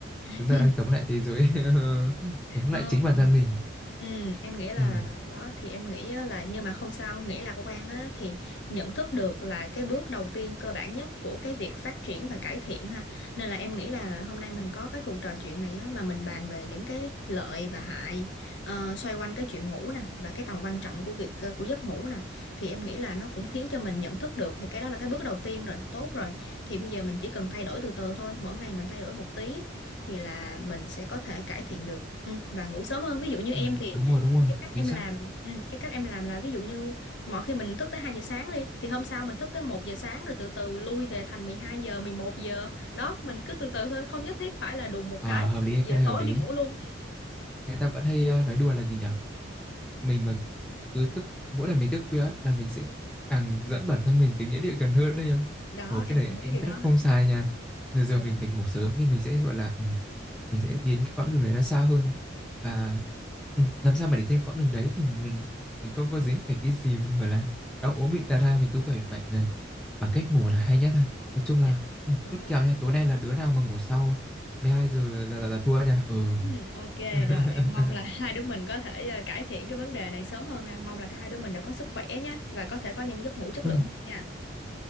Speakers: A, on the left; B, in the centre.
A: <laughs>
B: chúng ta đang chống lại thế giới, <laughs> chống lại
A: Ừ.
B: chính bản thân mình.
A: Ừ, em nghĩ là
B: Ừ.
A: đó thì em nghĩ á là nhưng mà không sao nghĩ lạc quan á thì nhận thức được là cái bước đầu tiên cơ bản nhất của cái việc phát triển và cải thiện ha nên là em nghĩ là hôm nay mình có cái cuộc trò chuyện này á mà mình bàn về những cái lợi và hại ờ, xoay quanh cái chuyện ngủ nè và cái tầm quan trọng của việc ờ, của giấc ngủ nè thì em nghĩ là nó cũng khiến cho mình nhận thức được thì cái đó là cái bước đầu tiên rồi tốt rồi thì bây giờ mình chỉ cần thay đổi từ từ thôi mỗi ngày mình thay đổi một tí thì là mình sẽ có thể cải thiện được ừ, và ngủ sớm hơn ví dụ như em
B: Ừ,
A: thì
B: đúng rồi, đúng rồi,
A: cái cách
B: chính
A: em
B: xác.
A: làm ừ, cái cách em làm là ví dụ như mỗi khi mình thức tới 2 giờ sáng đi thì hôm sau mình thức tới một giờ sáng rồi từ từ lui về thành mười hai giờ 11 giờ đó mình cứ từ từ thôi không nhất thiết phải là đùng một
B: Ờ,
A: cái
B: hợp lý,
A: 1
B: ấy, cái
A: giờ
B: này
A: tối
B: hợp lý.
A: đi ngủ
B: ấy.
A: luôn
B: Người ta vẫn hay ờ, nói đùa là gì nhỉ? Mình mà cứ thức mỗi lần mình thức khuya á, là mình sẽ càng dẫn bản thân mình tới nghĩa địa gần hơn đấy em.
A: đó
B: Ồ, cái
A: em
B: này
A: đồng ý
B: anh
A: điều đó
B: rất không sai nha. Giờ giờ
A: đúng
B: mình
A: rồi
B: phải ngủ sớm thì mình sẽ, gọi là, ừm, mình sẽ biến cái quãng đường này nó xa hơn. Và, ừm, làm sao mà để trên quãng đường đấy thì mình mình không có dính phải cái gì mà, gọi là, đau ốm bệnh tà ra, mình cứ khỏe mạnh là bằng cách ngủ là hay nhất ha. Nói chung là,
A: dạ
B: ừm,
A: đúng
B: chốt
A: rồi
B: kèo nha, tối nay là đứa nào mà ngủ sau 12:00 là là là là thua nha. Ừ.
A: Ừ, ok
B: <laughs>
A: rồi em mong là <laughs> hai đứa mình có thể ờ, cải thiện cái vấn đề này sớm hơn nha. Mong là cả hai đứa mình đều có sức khỏe nhé và có thể có những giấc ngủ chất
B: Ừm,
A: lượng hơn nha.